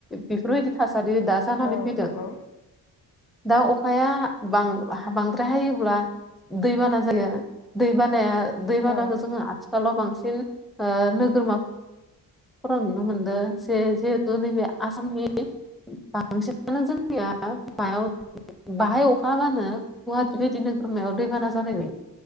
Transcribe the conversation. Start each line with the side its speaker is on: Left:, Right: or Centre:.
Centre: बेफोरबायदि थासारि दा जानानै
Left: औ
Centre: फैदों
Left: नंगौ
Centre: दा अखाया बांद्राय हायोब्ला दैबाना जायो दैबानाया दैबानाखौ
Left: औ
Centre: जोङो आथिखालाव बांसिन नोगोरमाफोरा नुनो मोनदों जेे बो नैबे आसामनि बांसिनानो जोंनिया मायाव बाहाय अखााबानो गुवाहाटी बिदिनो नोगोमायाव दैबाना जानाय बे